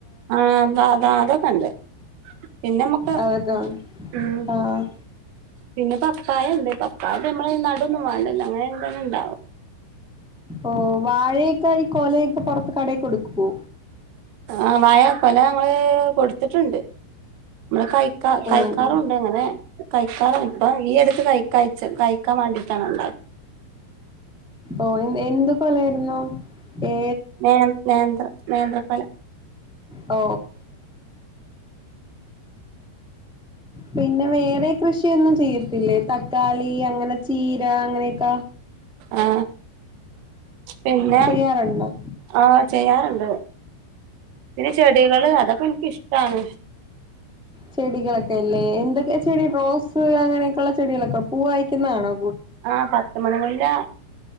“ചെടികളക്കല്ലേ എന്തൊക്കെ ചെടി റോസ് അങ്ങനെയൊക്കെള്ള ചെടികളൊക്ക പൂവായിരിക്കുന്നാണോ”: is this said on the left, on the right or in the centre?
Centre